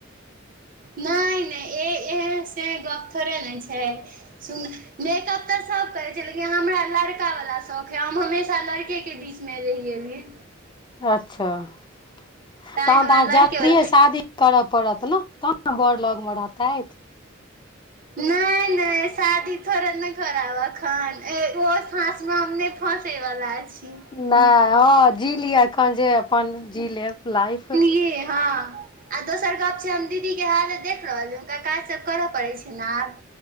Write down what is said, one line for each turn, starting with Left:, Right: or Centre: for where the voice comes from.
Right: नाए नाए ए एहन से गप थोरे ने छै सु मेकअप तऽ सभ करैत छै लेकिन हमरा लड़का वला शौख है हम हमेशा लड़के के के बीच मे <unintelligible>
Left: अच्छ तहन
Right: तैँ हमरा
Left: तह
Right: लड़केवला
Left: जल्दी ए शादी करय पड़त ने तहन ने बड़ लगमे रहतैथ
Right: नाए नाए शदी थोरे नहि खराब तखन ऐ ओ फासमे हम नहि फँसैवला छि
Left: नाए हँ जी लिए एखन जे अपन जी लेब लाइफ
Right: की हाँ आ दोसर गप छै हम दीदी के हालत देख रहलिए हुनका काज सभ करय पड़ैत छै ने आब